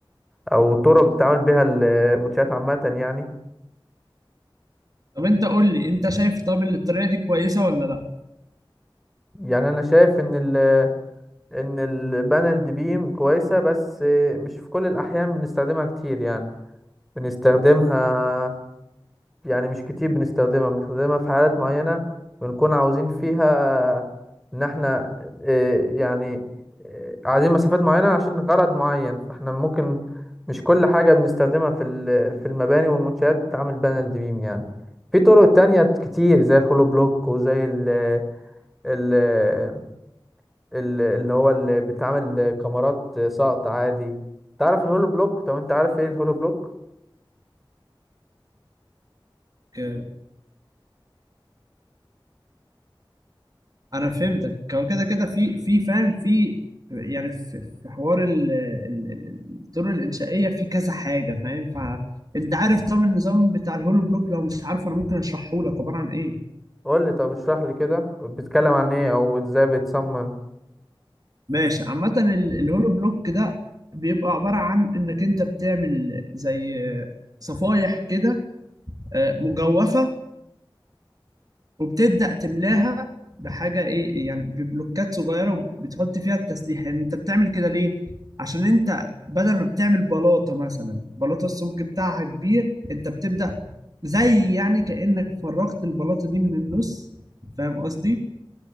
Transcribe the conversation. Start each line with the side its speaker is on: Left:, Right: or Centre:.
Centre: أو طرق بتتعامل بيها المنشآت عامة يعني
Right: طب انت قول لي انت شايف طب الطريقه دي كويسه ولا
Centre: يعني أنا شايف إن ال إن البانل دي بيم كويسة بس مش في كل الأحيان بنستخدمها كتير يعني بنستخدمها يعني مش كتير بنستخدمها بنستخدمها في حالات معينة بنكون عاوزين فيها إن إحنا آه، يعني آه، عايزين مسافات معينة عشان غرض معين فإحنا ممكن مش كل حاجة بنستخدمها في ال- في المباني والمنشآت بتتعمل بانل بيم يعني في طرق تانية كتير زي الهولو بلوك وزي ال ال ال- اللي هو اللي بيتعمل كاميرات سقط عادي تعرف الهولو بلوك طب انت عارف ايه الهولو بلوك
Right: لا انا فهمتك هو كده كده في في فاهم في يعني في, في حوار ال- ال- ال- الطرق الانشائيه في كذا حاجه فاهم فانت عارف طبعا النظام بتاع الهولو بلوك لو مش عارف انا ممكن اشرحه لك عباره عن ايه
Centre: قول لي طب اشرح لي كده بتتكلم عن ايه او ازاي بتصمم
Right: ماشي عامه ال- الهولو بلوك ده بيبقى عباره عن انك انت بتعمل زي صفايح كده آه، مجوفه وبتبدأ تملاها بحاجة ايه يعني ببلوكات صغيرة وبتحط فيها التسليح يعني انت بتعمل كده ليه؟ عشان انت بدل ما بتعمل بلاطة مثلا بلاطة السمك بتاعها كبير انت بتبدأ زي يعني كأنك فرغت البلاطة دي من النص فاهم قصدي؟